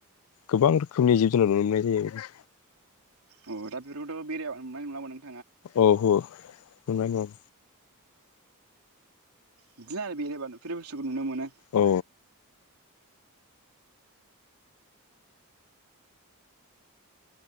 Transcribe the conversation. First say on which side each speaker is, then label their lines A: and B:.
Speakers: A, on the left (about 65°); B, on the right (about 75°).
A: गोबां रोखोमनि जिब जुनार नुनो मोननाय जायो
B: अ दा बेफोरखौथ' बेरायाबा <unintelligible>
A: औ हो <unintelligible>
B: बिदिनो आरो बेरायबा नुफेरै बुस्थुखौ नुनो मोनो
A: औ